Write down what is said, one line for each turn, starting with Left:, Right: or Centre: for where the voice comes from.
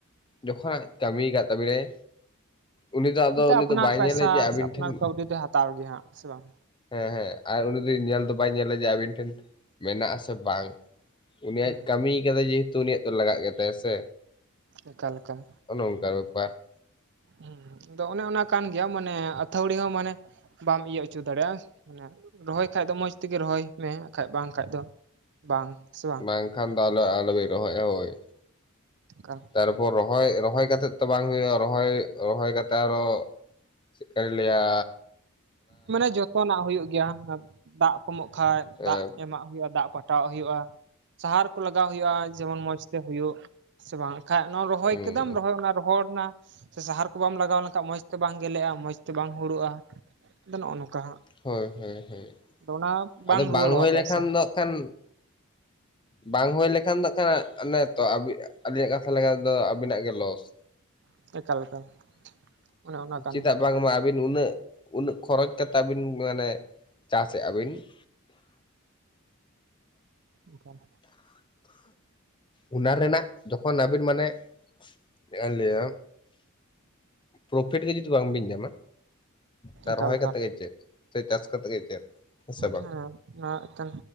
Left: ᱡᱚᱠᱷᱚᱱ ᱟᱡ ᱠᱟᱢᱤ ᱠᱟᱜ ᱛᱟᱵᱤᱱᱟᱭ, ᱩᱱᱤ ᱫᱚ ᱟᱫᱚ
Right: ᱮᱱᱛᱮ ᱟᱯᱱᱟᱨ
Left: ᱩᱱᱤ ᱫᱚ ᱵᱟᱭ
Right: ᱯᱚᱭᱥᱟ
Left: ᱧᱮᱞᱟ ᱡᱮ ᱟᱵᱤᱱ
Right: ᱥᱮ ᱟᱯᱱᱟᱨ
Left: ᱴᱷᱮᱱ
Right: ᱠᱟᱹᱣᱰᱤ ᱫᱚᱭ ᱦᱟᱛᱟᱣ ᱜᱮᱭᱟ ᱦᱟᱸᱜ ᱥᱮ ᱵᱟᱝ
Left: ᱦᱮᱸ ᱦᱮᱸ ᱟᱨ ᱩᱱᱤ ᱫᱚ ᱧᱮᱞ ᱫᱚ ᱵᱟᱭ ᱧᱮᱞᱟ ᱡᱮ ᱟᱵᱤᱱ ᱴᱷᱮᱱ ᱢᱮᱱᱟᱜ ᱟᱥᱮ ᱵᱟᱝ? ᱩᱱᱤ
Right: ᱦᱩᱸ
Left: ᱟᱡ ᱠᱟᱢᱤ ᱠᱟᱫᱟᱭ ᱡᱮᱦᱮᱛᱩ ᱩᱱᱤᱭᱟᱜ ᱫᱚ ᱞᱟᱜᱟᱜ ᱜᱮ ᱛᱟᱭᱟ ᱥᱮ?
Right: ᱮᱠᱟᱞ ᱮᱠᱟᱞ᱾
Left: ᱚᱱᱮ ᱚᱱᱠᱟᱱ ᱵᱮᱯᱟᱨ ᱾
Right: ᱦᱩᱸ ᱟᱫᱚ ᱚᱱᱮ ᱚᱱᱟ ᱠᱟᱱ ᱜᱮᱭᱟ ᱢᱟᱱᱮ ᱟᱹᱛᱷᱟᱹᱣᱲᱤ ᱦᱚᱸ ᱢᱟᱱᱮ ᱵᱟᱢ ᱤᱭᱟᱹ ᱦᱚᱪᱚ ᱫᱟᱲᱮᱭᱟᱜᱼᱟ, ᱢᱟᱱᱮ ᱨᱚᱦᱚᱭ ᱠᱷᱟᱡ ᱫᱚ ᱢᱚᱡᱽ ᱛᱮᱜᱮ ᱨᱚᱦᱚᱭ ᱢᱮ ᱟᱠᱷᱟᱡ ᱵᱟᱝᱠᱷᱟᱡ ᱫᱚ ᱵᱟᱝ ᱥᱮ ᱵᱟᱝ?
Left: ᱵᱟᱝᱠᱷᱟᱱ ᱫᱚ ᱟᱞᱚ ᱟᱞᱚ ᱵᱤᱱ ᱨᱚᱦᱚᱭᱟ ᱦᱳᱭ ᱾
Right: ᱮᱠᱟᱠ᱾
Left: ᱛᱟᱨᱯᱚᱨ ᱨᱚᱦᱚᱭ ᱨᱚᱦᱚᱭ ᱠᱟᱛᱮᱫ ᱛᱚ ᱵᱟᱝ ᱦᱳᱭᱳᱜᱼᱟ ᱨᱚᱦᱚᱭ ᱨᱚᱦᱚᱭ ᱠᱟᱛᱮᱜ ᱟᱨᱦᱚ ᱪᱮᱜᱠᱟ ᱞᱤᱧ ᱞᱟᱹᱭᱟᱻ?
Right: ᱢᱟᱱᱮ ᱡᱚᱛᱚᱱᱟᱜ ᱦᱩᱭᱩᱜ ᱜᱮᱭᱟ, ᱫᱟᱜ ᱠᱚᱢᱚᱜ ᱠᱷᱟᱡ
Left: ᱦᱮᱸ
Right: ᱫᱟᱜ ᱮᱢᱟᱜ ᱦᱩᱭᱩᱜᱼᱟ, ᱫᱟᱜ ᱯᱟᱴ ᱴᱟᱣ ᱦᱩᱭᱩᱜᱼᱟ, ᱥᱟᱦᱟᱨ ᱠᱚ ᱞᱟᱜᱟᱣ ᱦᱩᱭᱩᱜᱼᱟ ᱾ ᱡᱮᱢᱚᱱ ᱢᱚᱸᱡᱽ ᱛᱮ ᱦᱩᱭᱩᱜ ᱥᱮ ᱵᱟᱝ? ᱠᱷᱟᱜ ᱱᱚᱣᱟ ᱨᱚᱦᱚᱭ
Left: ᱦᱮᱸ
Right: ᱠᱮᱫᱟᱢ ᱨᱚᱦᱚᱲᱱᱟ ᱨᱚᱦᱚᱲᱱᱟ, ᱥᱮ ᱥᱟᱦᱟᱨ ᱠᱚ ᱵᱟᱢ ᱞᱟᱜᱟᱣ ᱞᱮᱱᱠᱷᱟᱡ ᱢᱚᱸᱡᱽ ᱛᱮ ᱵᱟᱝ ᱜᱮᱞᱮᱜᱼᱟ, ᱢᱚᱸᱡᱽ ᱛᱮ ᱵᱟᱝ ᱦᱩᱲᱩᱜᱼᱟ ᱾ ᱟᱫᱚ ᱱᱚᱜᱼᱚ ᱱᱚᱝᱠᱟ ᱦᱟᱸᱜ ᱾
Left: ᱦᱳᱭ ᱦᱳᱭ ᱦᱳᱭ ᱾
Right: ᱟᱫᱚ ᱚᱱᱟ
Left: ᱟᱫᱚ
Right: ᱨᱩᱣᱟᱹᱲᱚᱜᱼᱟ
Left: ᱵᱟᱝ ᱦᱩᱭ
Right: ᱯᱚᱭᱥᱟ
Left: ᱞᱮᱠᱷᱟᱱ ᱫᱚ ᱦᱟᱸᱜᱠᱷᱟᱱ ᱵᱟᱝ ᱦᱩᱭ ᱞᱮᱠᱷᱟᱱ ᱫᱚ ᱠᱷᱟᱱ ᱚᱱᱮ ᱛᱚ ᱟᱵᱤ ᱟᱞᱤᱧᱟᱜ ᱠᱟᱛᱷᱟ ᱞᱮᱠᱟ ᱛᱮᱫᱚ ᱟᱵᱤᱱᱟᱜ ᱜᱮ ᱞᱚᱥ ᱾
Right: <inaudible> ᱮᱠᱟᱞ
Left: <inaudible>
Right: ᱚᱱᱮ ᱚᱱᱟ ᱠᱟᱱ
Left: ᱪᱮᱫᱟᱜ
Right: ᱜᱮᱭᱟ
Left: ᱵᱟᱝᱢᱟ ᱟᱵᱤᱱ ᱩᱱᱟᱹᱜ ᱩᱱᱟᱹᱜ ᱠᱷᱚᱨᱚᱪ ᱠᱟᱛᱮ ᱟᱵᱤᱱ ᱢᱟᱱᱮ ᱪᱟᱥᱮᱜ ᱟᱹᱵᱤᱱ, <inaudible>
Right: ᱮᱠᱟᱞ
Left: ᱚᱱᱟ ᱨᱮᱱᱟᱜ ᱡᱚᱠᱷᱚᱱ ᱟᱵᱤᱱ ᱢᱟᱱᱮ ᱪᱮᱜᱠᱟᱧ ᱞᱟᱹᱭᱟ? ᱯᱨᱚᱯᱷᱤᱴ ᱜᱮ ᱡᱩᱫᱤ ᱵᱟᱝ ᱵᱤᱱ ᱧᱟᱢᱟ, ᱛᱟ
Right: ᱮᱠᱟᱞ
Left: ᱨᱚᱦᱚᱭ ᱠᱟᱛᱮ ᱜᱮ ᱪᱮᱫ ᱥᱮ ᱪᱟᱥ ᱠᱟᱛᱮᱫ ᱜᱮ ᱪᱮᱫ? ᱥᱮ ᱵᱟᱝ
Right: ᱦᱮᱸ ᱱᱚᱣᱟ ᱮᱠᱮᱱ